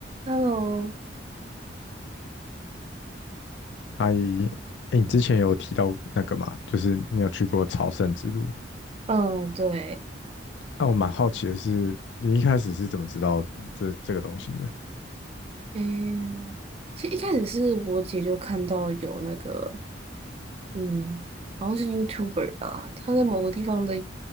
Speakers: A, on the right (about 30°); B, on the left (about 70°).
A: Hello，
B: 阿姨，哎，你之前有提到那个嘛，就是你有去过朝圣之路。
A: 嗯，对，
B: 那我蛮好奇的是，你一开始是怎么知道这这个东西的？
A: 嗯，其实一开始是我姐就看到有那个，嗯，好像是 YouTuber 吧，她在某个地方的